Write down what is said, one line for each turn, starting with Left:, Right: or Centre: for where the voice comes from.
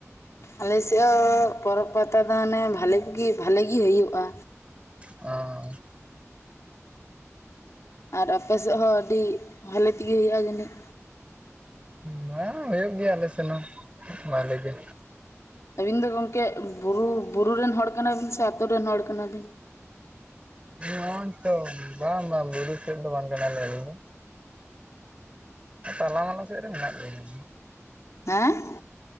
Left: ᱟᱞᱮᱥᱮᱫ ᱦᱚᱸ ᱯᱚᱨᱚᱵᱽ ᱯᱟᱛᱟ ᱫᱚ ᱟᱱᱮ ᱵᱷᱟᱞᱮ ᱵᱷᱟᱞᱮ ᱜᱮ ᱦᱩᱭᱩᱜᱼᱟ
Right: ᱚᱸᱻ
Left: ᱟᱨ ᱟᱯᱮ ᱥᱮᱫ ᱦᱚᱸ ᱟᱹᱰᱤ ᱵᱷᱟᱞᱮ ᱛᱮᱜᱮ ᱦᱩᱭᱩᱜᱼᱟ ᱡᱟᱹᱱᱤᱡ
Right: ᱢᱟ ᱦᱩᱭᱩᱜ ᱜᱮᱭᱟ ᱟᱞᱮ ᱥᱮᱱ ᱦᱚᱸ ᱵᱷᱟᱞᱮ ᱜᱮ
Left: ᱟᱹᱵᱤᱱ ᱫᱚ ᱜᱚᱢᱠᱮ ᱵᱩᱨᱩ ᱵᱩᱨᱩ ᱨᱮᱱ ᱦᱚᱲ ᱠᱟᱱᱟ ᱵᱤᱱ ᱥᱮ ᱟᱛᱳ ᱨᱮᱱ ᱦᱚᱲ ᱠᱟᱱᱟ ᱵᱤᱱ?
Right: ᱱᱚᱭ ᱛᱚ ᱵᱟᱝ ᱵᱟᱝ ᱵᱩᱨᱩ ᱯᱦᱮᱵ ᱫᱚ ᱵᱟᱝ ᱠᱟᱱᱟ ᱞᱤᱧ ᱟᱞᱤᱧ ᱫᱚ ᱛᱟᱞᱟ ᱢᱟᱞᱟ ᱥᱮᱫ ᱨᱮ ᱢᱮᱱᱟᱜ ᱞᱤᱧᱟ
Left: ᱮᱸᱻ